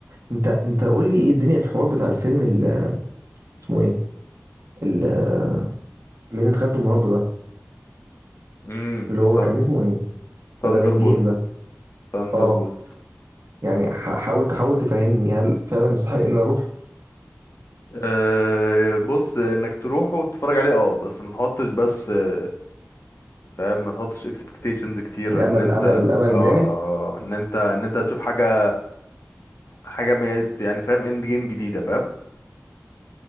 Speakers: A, on the right (about 70°); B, on the left (about 65°).
A: انت انت قول لي ايه الدنيا في الحوار بتاع الفيلم اللي اسمه ايه ال- اللي انت خدته النهارده ده
B: امم
A: اللي هو كان اسمه ايه
B: ثاندر
A: بدل ان جيم ده
B: بولتس
A: اه يعني ح- حاول تحاول تفهمني هل فعلا يستحق ان انا اروح
B: أه بص انك تروح وتتفرج عليه اه بس ما تحطش بس آه، فاهم ما تحطش expectations كتير
A: الامل
B: ان انت
A: امل امل
B: اه
A: جامد
B: ان انت ان انت هتشوف حاجه حاجه ميت- يعني فاهم اند جيم جديده فاهم